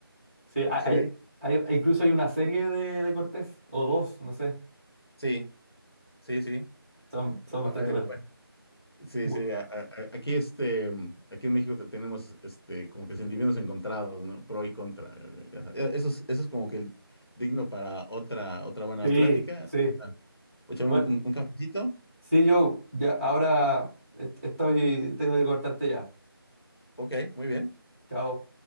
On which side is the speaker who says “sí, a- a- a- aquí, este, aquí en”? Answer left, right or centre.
Left